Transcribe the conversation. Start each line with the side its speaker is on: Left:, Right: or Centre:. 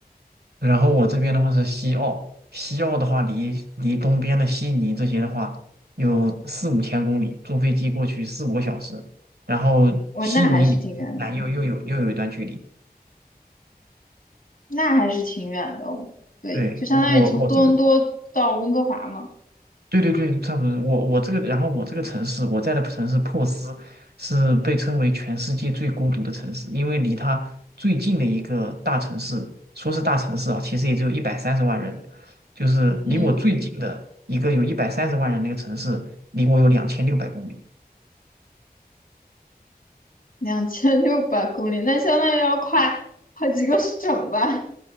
Right: 然后我这边的话是西澳，西澳的话离离东边的悉尼这些的话有四五千公里，坐飞机过去四五个小时，然后悉尼离南又又有又有一段距离。
Left: 我那还是挺远的，那还是挺远的。对，
Right: 对，
Left: 就相当于从多伦多到温哥华嘛。
Right: 我我我这个对对对，差不多。我我这个，然后我这个城市，我在的城市珀斯是被称为全世界最孤独的城市，因为离它最近的一个大城市，说是大城市啊，其实也就一百三十万人，就是离我最近的一个有一百三十万人那个城市，
Left: 嗯。
Right: 离我有两千六百公里。
Left: 两千六百公里，那相当于要跨好几个省吧？